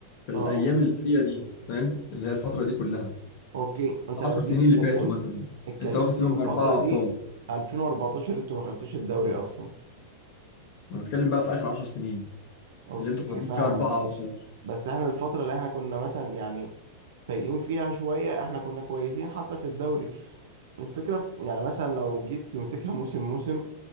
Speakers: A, on the left; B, on the right.
A: في
B: اه
A: الايام اللي هي دي فاهم اللي هي الفتره دي كلها
B: أوكي أنت لو
A: 10 سنين
B: جيت اتكلمت
A: اللي فاتوا مثلا
B: اتكلمت
A: انت واخد فيهم
B: إن الفترة
A: باربعه
B: دي
A: ابطال
B: 2014 أنتوا ما خدتوش الدوري أصلا
A: انا بتكلم بقى في اخر 10 سنين
B: أوكي
A: اللي انتوا واخدين
B: فاهمك
A: فيها اربعه
B: ماشي
A: ابطال
B: بس إحنا الفترة اللي إحنا كنا مثلا يعني فايقين فيها شوية إحنا كنا كويسين حتى في الدوري الفكرة في يعني مثلا لو جيت تمسكها موسم موسم